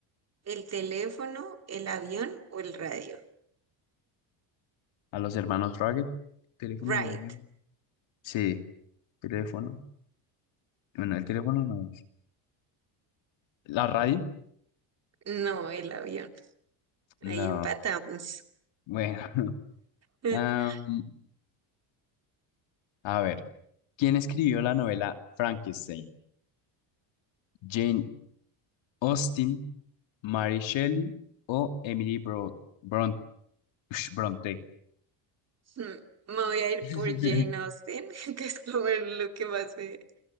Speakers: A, on the right (about 30°); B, on the left (about 65°).
A: ¿El teléfono, el avión o el radio?
B: A los hermanos Rugged. Teléfono
A: Wright.
B: dañado. Sí, teléfono. Bueno, el teléfono no es. ¿La radio?
A: No, el avión.
B: No.
A: Ahí empatamos.
B: Bueno. <laughs>
A: <laughs>
B: Am, a ver. ¿Quién escribió la novela Frankenstein? ¿Jane Austen, Mary Shelley o Emily Bro Bron- Ush, Bronte?
A: Mm, Me voy a ir
B: <laughs>
A: por Jane Austen, <laughs> que es como lo que más sé.